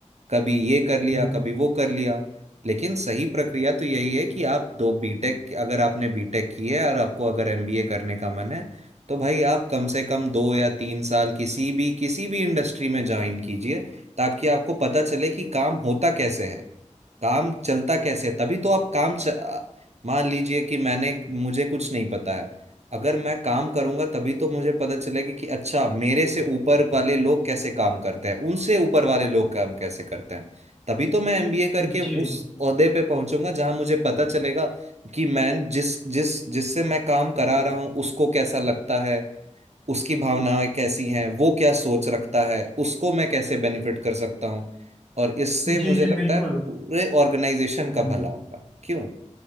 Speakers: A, on the right (about 60°); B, in the centre.
A: कभी ये कर लिया
B: हम्म,
A: कभी वो कर लिया लेकिन सही प्रक्रिया तो यही है कि आप दो बीटेक अगर आपने बीटेक की है और आपको अगर एमबीए करने का मन है तो भाई आप कम से कम दो या तीन साल किसी भी किसी भी इंडस्ट्री में ज्वाइन कीजिए ताकि आपको पता चले कि काम होता कैसे है काम चलता कैसे है? तभी तो आप काम च... आ, मान लीजिए कि मैंने मुझे कुछ नहीं पता है अगर मैं काम करूंगा तभी तो मुझे पता चलेगा कि अच्छा मेरे से ऊपर वाले लोग कैसे काम करते हैं उनसे ऊपर वाले लोग काम कैसे करते हैं तभी तो मैं एमबीए करके उस
B: जी
A: ओहदे पे पहुंचूंगा जहां मुझे पता चलेगा कि मैं जिस जिस जिससे मैं काम करा रहा हूं उसको कैसा लगता है उसकी भावनाएं कैसी हैं वो क्या सोच रखता है उसको मैं कैसे बेनिफिट कर सकता हूँ और इससे मुझे
B: जी जी
A: लगता
B: बिल्कुल
A: है पूरे ऑर्गेनाइजेशन का
B: हम्म
A: भला होगा क्यों